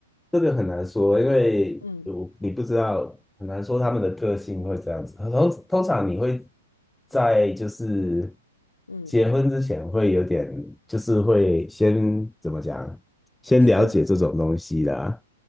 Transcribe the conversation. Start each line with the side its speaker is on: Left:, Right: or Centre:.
Centre: 这个很难说，因为我你不知道，
Left: 嗯
Centre: 很难说他们的个性会这样子。通通常你会在就是
Left: 嗯。
Centre: 结婚之前会有点，就是会先怎么讲，先了解这种东西啦。
Left: 是，